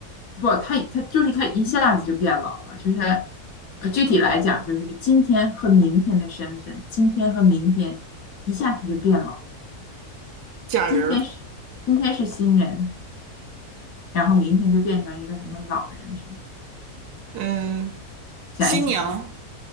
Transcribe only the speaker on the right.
假人儿，
嗯，
新娘，